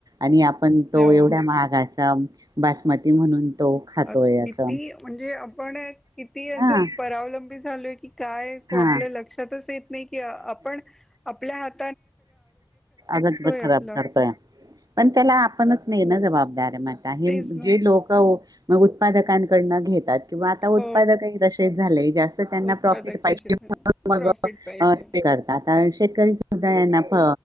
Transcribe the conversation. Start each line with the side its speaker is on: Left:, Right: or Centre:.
Right: आणि आपण तो
Centre: हो
Right: एवढ्या माहागाचा बासमती म्हणून तो खातोय
Centre: अ किती
Right: असं.
Centre: म्हणजे आपण किती असं
Right: हा
Centre: परावलंबी झालोय की काय को
Right: हा
Centre: आपल्या लक्षातच येत नाही की आ आपण आपल्या हात
Right: अगच बर खराब
Centre: आपलं
Right: करतोय. पण त्याला आपणच नाही ना जबाबदार म आता हे
Centre: तेच ना
Right: जे लोकं ओ मग उत्पादकांकडनं घेतात किंवा आता
Centre: हो
Right: उत्पादकही तसेच झालेय जास् त्यांना
Centre: उत्पादक
Right: प्रॉफिट पाहिजे
Centre: तसे
Right: <unintelligible>
Centre: प्रॉफिट पाहिजे
Right: अ ते कर ताता शेतकरी सुद्धा आहे ना प